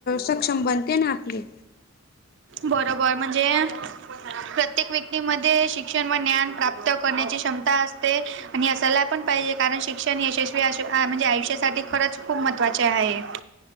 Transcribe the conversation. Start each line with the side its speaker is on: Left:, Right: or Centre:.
Left: सक्षम बनते ना आपले.
Right: बरोबर म्हणजे प्रत्येक व्यक्तीमध्ये शिक्षण व ज्ञान प्राप्त करण्याची क्षमता असते. आणि असायला पण पाहिजे, कारण शिक्षण यशस्वी आ म्हणजे आयुष्यासाठी खरंच खूप महत्त्वाचे आहे.